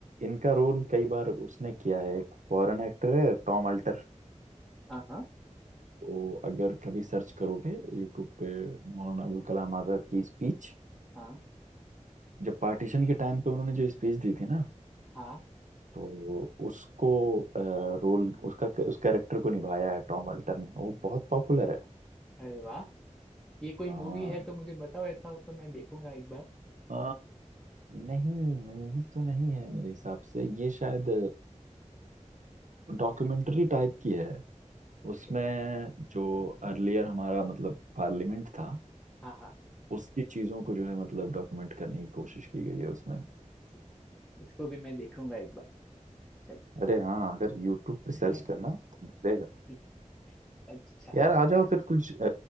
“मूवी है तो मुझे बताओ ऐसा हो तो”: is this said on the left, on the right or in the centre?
Centre